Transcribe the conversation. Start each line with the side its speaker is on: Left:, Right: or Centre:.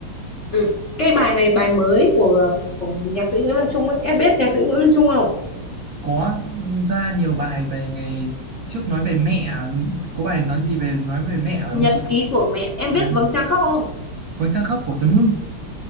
Left: ừ. cái bài này bài mới của của nhạc sĩ Nguyễn Văn Trung ấy. em biết nhạc sĩ Nguyễn Văn Trung không
Right: Có ra nhiều bài về ngày trước nói về mẹ, à, có bài nói gì về nói về mẹ phải
Left: Nhật
Right: không chị?
Left: ký của mẹ em
Right: À,
Left: biết Vầng Trăng Khóc không
Right: Vầng trăng khóc của Tuấn Hưng.